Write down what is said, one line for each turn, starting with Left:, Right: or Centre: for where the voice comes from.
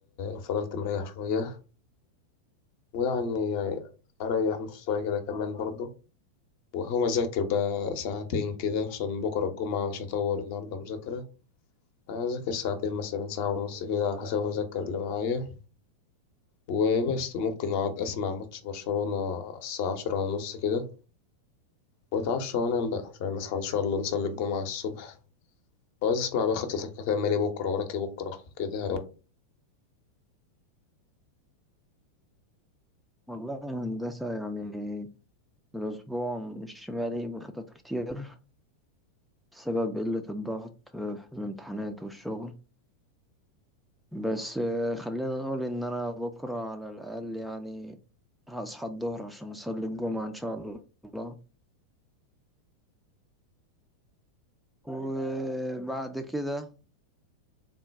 Left: فضلت مريح شوية ويعني أريح نص ساعة كده كمان برضو وهو مذاكر بقى ساعتين كده عشان بكرة الجمعة مش هطور النهاردة مذاكرة أنا أذاكر ساعتين مثلا ساعة ونص كده على حسب المذاكر اللي معايا وبس ممكن أقعد أسمع ماتش برشلونة الساعة عشرة ونص كده وأتعشى وأنام بقى عشان نصحى إن شاء الله نصلي الجمعة الصبح وعايز أسمع بقى خطتك هتعمل إيه بكرة وراك إيه بكرة كده يعني.
Centre: والله يا هندسة يعني الأسبوع مش مالي بخطط كتير بسبب قلة الضغط آه، في الامتحانات والشغل بس آه، خلينا نقول ان انا بكرة على الاقل يعني هصحى الظهر عشان اصلي الجمعة ان شاء الله وبعد كده